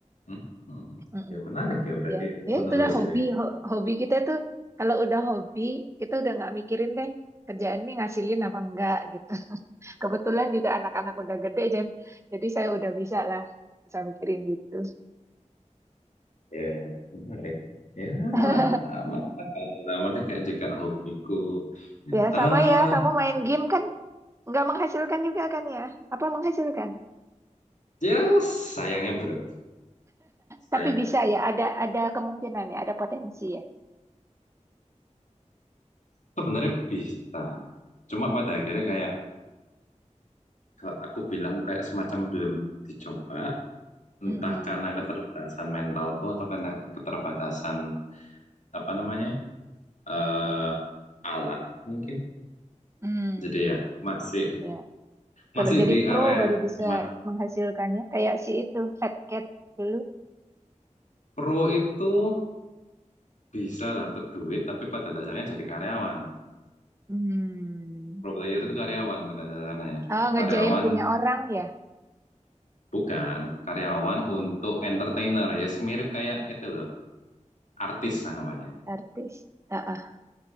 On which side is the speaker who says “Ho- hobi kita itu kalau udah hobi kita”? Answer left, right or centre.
Right